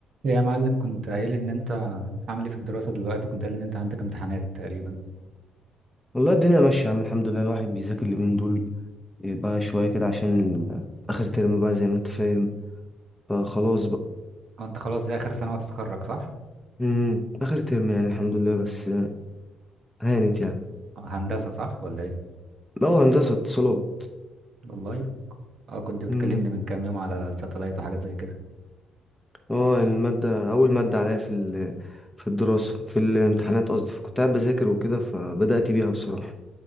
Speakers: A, on the right; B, in the centre.
A: إيه يا معلم كنت قايل لي ان انت عامل ايه في الدراسة دلوقتي وكنت قايل لي ان انت عندك امتحانات تقريبا
B: والله الدنيا ماشية يا عم الحمد لله الواحد بيذاكر اليومين دول إيه بقى شوية كده عشان آخر ترم بقى زي ما أنت فاهم فخلاص بقى
A: اه انت خلاص دي اخر سنة وتتخرج صح
B: مم. آخر ترم يعني الحمد لله بس هانت يعني
A: آه، هندسة صح ولا ايه
B: هو هندسة اتصالات
A: والله اه كنت بتكلمني
B: مم.
A: من كام يوم على ساتلايت وحاجات زي كده
B: هو المادة أول مادة عليا في ال- في الدراسة في الامتحانات قصدي فكنت قاعد بذاكر وكده فبدأت بيها بصراحة